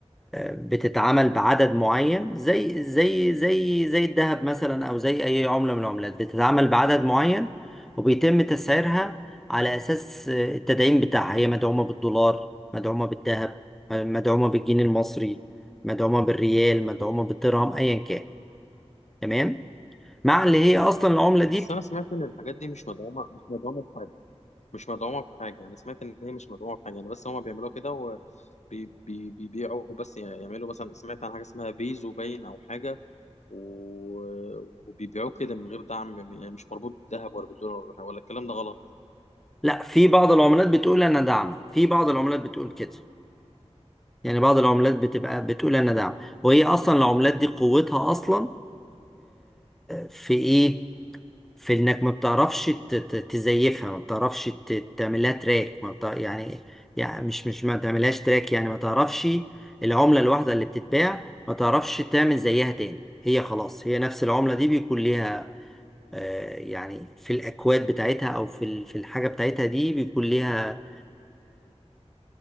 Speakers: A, in the centre; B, on the left (about 80°).
A: بتتعمل بعدد معين زي زي زي زي الذهب مثلا او زي اي عملة من العملات بتتعمل بعدد معين وبيتم تسعيرها على اساس التدعيم بتاعها هي مدعومة بالدولار مدعومة بالذهب مدعومة بالجنيه المصري مدعومة بالريال مدعومة بالدرهم ايا كان تمام مع اللي هي اصلا العملة دي
B: بس
A: بت...
B: انا سمعت ان الحاجات دي مش مدعومه مش مدعومه بحاجه مش مدعومه بحاجه انا سمعت ان هي مش مدعومه بحاجه يعني بس هما بيعملوها كده وبيبيعوا بس يعني يعملوا مثلا سمعت عن حاجه اسمها بيزو باين او حاجه و- وبيبيعوه كده من غير دعم يعني مش مربوط بالذهب ولا بالدولار ولا الكلام ده غلط
A: لا في بعض العملات بتقول انا داعمة في بعض العملات بتقول كده يعني بعض العملات بتبقى بتقول انا داعمة وهي اصلا العملات دي قوتها اصلا في ايه في انك ما بتعرفش ت- ت- تزيفها ما بتعرفش ت- تعملها تراك ما بتع... يعني يعني مش مش ما تعملهاش تراك يعني ما تعرفش العملة الواحدة اللي بتتباع ما تعرفش تعمل زيها تاني هي خلاص هي نفس العملة دي بيكون ليها آه، يعني في الأكواد بتاعتها أو في ال- في الحاجة بتاعتها دي بيكون ليها